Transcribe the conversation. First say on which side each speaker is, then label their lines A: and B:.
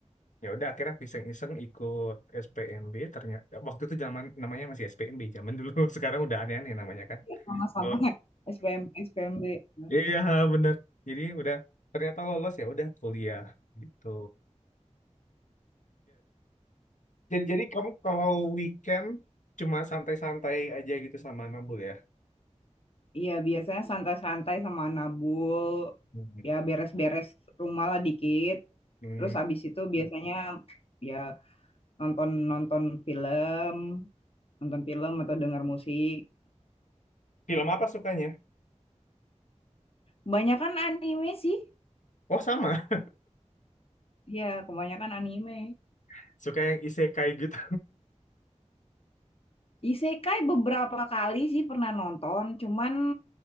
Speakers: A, on the left; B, on the left.
A: ya udah akhirnya aku iseng-iseng ikut SPMB ternyata waktu itu zaman namanya masih SPMB zaman dulu <laughs> sekarang udah aneh-aneh namanya kan.
B: Iya sama-sama
A: Oh.
B: <laughs> SPM SPMB, heeh,
A: Iya, bener. Jadi udah ternyata lolos ya udah kuliah gitu. Jadi, jadi kamu kalau weekend cuma santai-santai aja gitu sama Nabul ya?
B: iya biasanya santai-santai sama nabul,
A: Mhm.
B: ya beres-beres rumah lah dikit,
A: Hmm,
B: terus habis itu biasanya ya nonton nonton film nonton film atau denger musik,
A: Film apa sukanya?
B: kebanyakan anime sih,
A: Oh sama,
B: iya kebanyakan anime.
A: <laughs> suka yang isekai gitu.
B: Isekai beberapa kali sih pernah nonton, cuman,